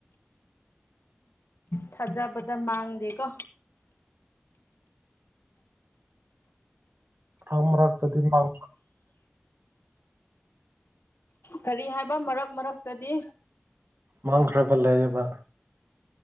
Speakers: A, on the left; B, on the right.
A: ꯊꯥꯖꯕꯗꯥ ꯃꯥꯡꯗꯦꯀꯣ
B: <inaudible>
A: ꯀꯔꯤ ꯍꯥꯏꯕ ꯃꯔꯛ ꯃꯔꯛꯇꯗꯤ
B: ꯃꯥꯡꯈ꯭ꯔꯥꯕ ꯂꯩꯌꯦꯕ